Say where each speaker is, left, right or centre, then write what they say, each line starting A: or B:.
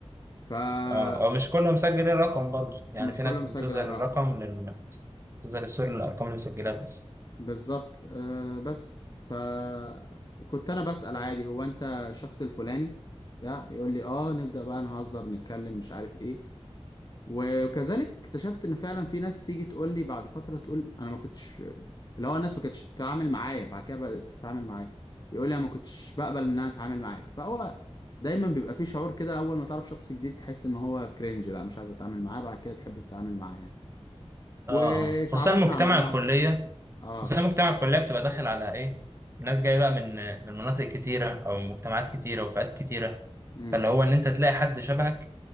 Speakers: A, on the left (about 40°); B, on the right (about 25°).
A: فمش
B: اه أو مش كلهم مسجلين الرقم برضه يعني في
A: كله
B: ناس
A: مسجل
B: بتظهر
A: الرقم
B: الرقم لل بتظهر الصورة للأرقام اللي مسجلها بس
A: بالظبط آه بس فكنت أنا بسأل عادي هو أنت الشخص الفلاني ده يقول لي آه نبدأ بقى نهزر نتكلم مش عارف إيه و- وكذلك اكتشفت ان فعلا في ناس تيجي تقول لي بعد فتره تقول انا ما كنتش اللي هو الناس ما كانتش بتتعامل معايا بعد كده بدات تتعامل معايا يقول لي انا ما كنتش بقبل ان انا اتعامل معاك فهو دايما بيبقى في شعور كده اول ما تعرف شخص جديد تحس ان هو كرنج لا مش عايز اتعامل معاه بعد كده تحب تتعامل معاه يعني
B: اه
A: وتعرفنا
B: اه خصوصا مجتمع
A: على بعض
B: الكلية
A: اه
B: بس انا مجتمع الكليه بتبقى داخل على ايه ناس جايه بقى من من مناطق كتيره او من مجتمعات كتيره وفئات كتيره
A: امم
B: فاللي هو ان انت تلاقي حد شبهك